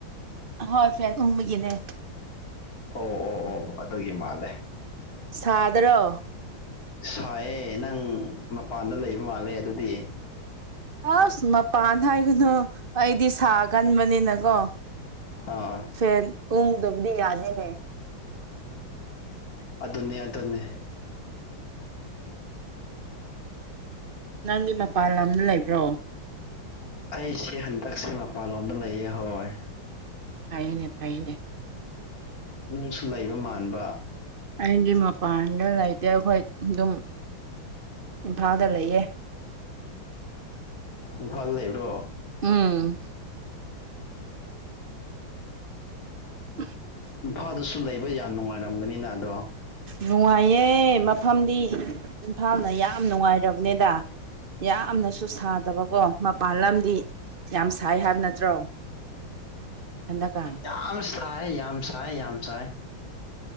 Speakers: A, on the right; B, on the left.
A: ꯍꯣꯏ ꯐꯦꯜ ꯎꯨꯡꯕꯒꯤꯅꯦ
B: ꯑꯣ ꯑꯣ ꯑꯣ ꯑꯗꯨꯒꯤ ꯃꯥꯜꯂꯦ
A: ꯁꯥꯗ꯭ꯔꯣ
B: ꯁꯥꯏꯌꯦ ꯅꯪ ꯃꯄꯥꯟꯗ ꯂꯩꯕ ꯃꯥꯜꯂꯦ ꯑꯗꯨꯗꯤ
A: ꯑꯁ ꯃꯄꯥꯟ ꯍꯥꯏꯒꯅꯨ ꯑꯩꯗꯤ ꯁꯥ ꯀꯟꯕꯅꯤꯅꯀꯣ
B: ꯑꯥ
A: ꯐꯦꯜ ꯎꯨꯡꯗꯕꯗꯤ ꯌꯥꯗꯅꯦ
B: ꯑꯗꯨꯅꯦ ꯑꯗꯨꯅꯦ
A: ꯅꯪꯒꯤ ꯃꯄꯥꯟ ꯂꯝꯗ ꯂꯩꯕ꯭ꯔꯣ
B: ꯑꯩꯁꯦ ꯍꯟꯗꯛꯁꯦ ꯃꯄꯥꯟꯂꯣꯝꯗ ꯂꯩꯌꯦ ꯍꯣꯏ
A: ꯐꯥꯏꯅꯦ ꯐꯥꯏꯅꯦ
B: ꯅꯪꯁꯨ ꯂꯩꯕ ꯃꯥꯟꯕ
A: ꯑꯩꯒꯤ ꯃꯄꯥꯟꯗ ꯂꯩꯇꯦ ꯑꯩꯈꯣꯏ ꯑꯗꯨꯝ ꯏꯝꯐꯥꯜꯗ ꯂꯩꯌꯦ
B: ꯏꯝꯐꯥꯜ ꯂꯩꯕ꯭ꯔꯣ
A: ꯎꯝ <inaudible>
B: ꯏꯝꯐꯥꯜꯗꯁꯨ ꯂꯩꯕ ꯌꯥꯝ ꯅꯨꯡꯉꯥꯏꯔꯝꯒꯅꯤꯅ ꯑꯗꯣ
A: ꯅꯨꯡꯉꯥꯏꯌꯦ ꯃꯐꯝꯗꯤ ꯏꯝꯐꯥꯜꯅ ꯌꯥꯝ ꯅꯨꯡꯉꯥꯏꯔꯕꯅꯦꯗ ꯌꯥꯝꯅꯁꯨ ꯁꯥꯗꯕꯀꯣ ꯃꯄꯥꯟ ꯂꯝꯗꯤ ꯌꯥꯝ ꯁꯥꯏ ꯍꯥꯏꯕ ꯅꯠꯇꯦ <unintelligible> ꯍꯟꯗꯥꯛꯀ
B: ꯌꯥꯝ ꯁꯥꯏ ꯌꯥꯝ ꯁꯥꯏ ꯌꯥꯝ ꯁꯥꯏ